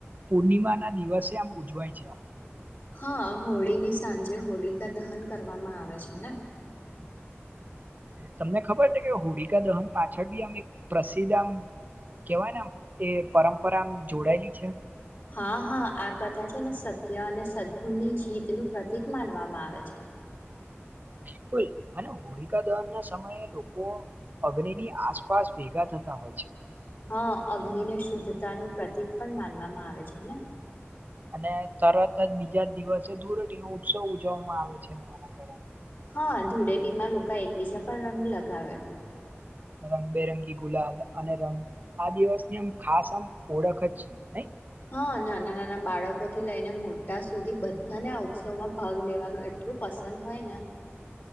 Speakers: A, on the right; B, on the left.
A: પૂર્ણિમા ના દિવસે આમ ઉજવાય છે
B: હા હોળીની સાંજે હોળિકા દહન કરવામાં આવે છે ને
A: તમને ખબર છે કે હોળીકાા દહન પાછ સત્યાવીસ પ્રસિદધ આમ કેવાય ને આમ એ પરંપરામ જોડાયેલી છે
B: હા હા આ કથા છે ને સત્ય અને સદગુણની જીતનું પ્રતિક માનવામાં આવે છે <inaudible>
A: બિલકુલ અને હોળિકા દહન ના સમયે લોકો અગ્નિની આસપાસ ભેગા થાય હોય છે
B: હા અગ્નિ ને શુદ્ધતા નું પ્રતિક પણ માનવામાં આવે છે ને
A: અને તરત જ બીજા દિવસે ધૂરટી નો ઉત્સવ ઉજવવામાં આવે છે આના કારણે
B: હા ધૂળેટીમાં લોકો એકબીજા પર રંગ લગાવે
A: રંગબેરંગી ગુલાલ અને રંગ આ દિવસની આમ ખાસ આમ ઓળખ જ છે નહી
B: હા નાના નાના બાળકો થી લઈને મોટા સુધી બધાને આ ઉત્સવ માં ભાગ લેવાનું એટલું એટલું પસંદ હોય ને